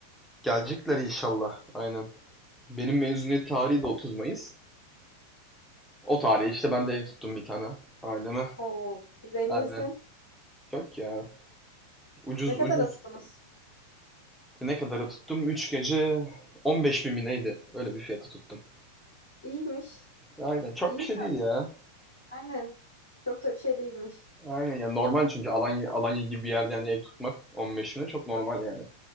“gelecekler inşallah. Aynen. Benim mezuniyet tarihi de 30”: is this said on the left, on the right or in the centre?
Centre